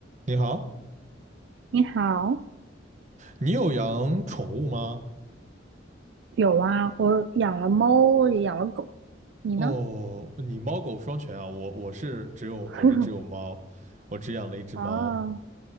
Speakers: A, on the right; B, on the right.
A: 你好，
B: 你好，
A: 你有养宠物吗？
B: 有啊，我养了猫，也养了狗。你呢？
A: 哦，你猫狗双全啊，我我是只有我是只有猫，
B: <laughs>
A: 我只养了一只猫，
B: 啊，